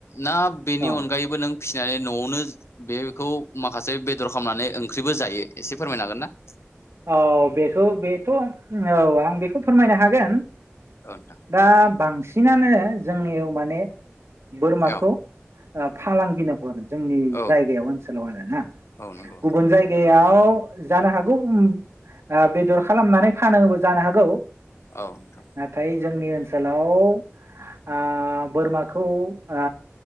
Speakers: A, on the left; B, on the right.
A: ना बेनि
B: औ
A: अनगायैबो नों फिसिनानै न'आवनो बेखौ माखासे बेदर खामनानै ओम ओंख्रिबो जायो एसे फोरमायनो हागोन ना
B: औ बेखौ बेथ' औ आं बेखौ फोरमायनो हागोन
A: औ नोंथां
B: दा बांसिन बिसिनानो जोंनियाव माने बोरमाखौ
A: औ
B: औ फालांगिनो जोंनि
A: औ
B: जायगायाव ओनसोलाव आरोना
A: औ नंगौ नोंथां
B: गुबुन जायगायाव जानो हागौ आ बेदर खालामनानै फानोबो जानो हागौ
A: औ नोंथां
B: नाथाय जोंनि ओनसोलाव आ बोरमाखौ आ‌